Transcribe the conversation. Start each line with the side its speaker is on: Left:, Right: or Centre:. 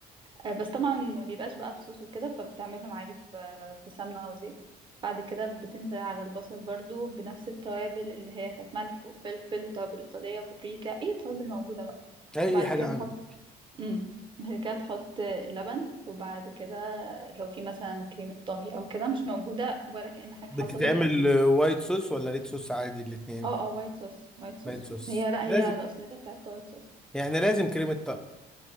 Right: آه، بس طبعا ما بيبقاش بقى بصوص وكده فبتعملهم عادي في في سمنه او زيت بعد كده بتنزل على البصل برضو بنفس التوابل اللي هي كانت ملح وفلفل وتوابل ايطاليه وبابريكا ايه توابل موجوده بقى
Centre: اي
Right: بعد
Centre: حاجه
Right: كده
Centre: عندك
Right: تحط امم بعد كده تحط لبن وبعد كده لو في مثلا كريمة طهي او كده مش موجودة ولا كأن حاجة
Centre: بتتعمل
Right: حصلت
Centre: آه، وايت صوص ولا ريد صوص عادي الاثنين
Right: اه اه وايت صوص وايت صوص
Centre: وايت صوص
Right: هي لا
Centre: لازم
Right: هي الأصلية بتاعتها وايت صوص
Centre: يعني لازم كريمه طهي